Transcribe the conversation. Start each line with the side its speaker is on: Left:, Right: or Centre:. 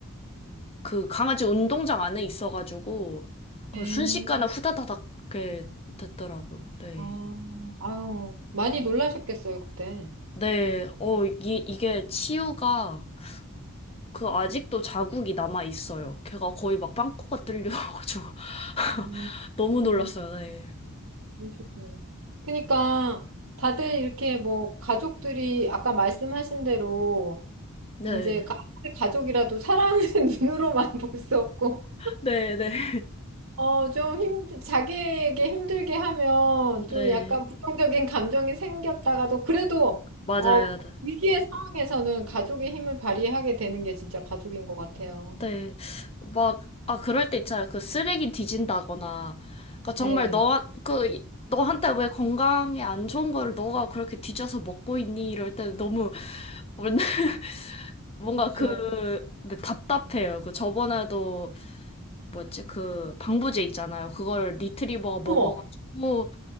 Left: 그 강아지 운동장 안에 있어가지고 그
Right: 네.
Left: 순식간에 후다다닥 이렇게 됐더라고요. 네.
Right: 아, 아유, 많이 놀라셨겠어요, 그때.
Left: 네, 어, 이, 이게 치유가 그 아직도 자국이 남아 있어요. 걔가 거의 막 빵꾸가 뚫려가지고 <laughs>
Right: 음,
Left: 너무
Right: 음,
Left: 놀랐어요. 네.
Right: 그러셨구나. 그러니까 다들 이렇게 뭐 가족들이 아까 말씀하신 대로
Left: 네.
Right: 이제 가- 가족이라도 사랑은 <laughs> 눈으로만 볼 수 없고
Left: 네, 네. <laughs>
Right: 어 좀 힘 자기에게 힘들게 하면
Left: 네.
Right: 좀 약간 부정적인 감정이 생겼다가도 그래도
Left: 맞아요.
Right: 어 위기의 상황에서는 가족의 힘을 발휘하게 되는 게 진짜 가족인 것 같아요.
Left: 네. 막, 아, 그럴 때 있잖아요. 그 쓰레기 뒤진다거나. 그러니까 정말
Right: 네,
Left: 너, 그, 이- 너한테 왜 건강에 안 좋은 거를 너가 그렇게 뒤져서 먹고 있니? 이럴 때 너무, <laughs>
Right: 아,
Left: 뭔가
Right: 그렇죠.
Left: 그, 네, 답답해요. 그 저번에도, 뭐였지? 그 방부제 있잖아요. 그걸 리트리버가
Right: 어머,
Left: 먹어가지고,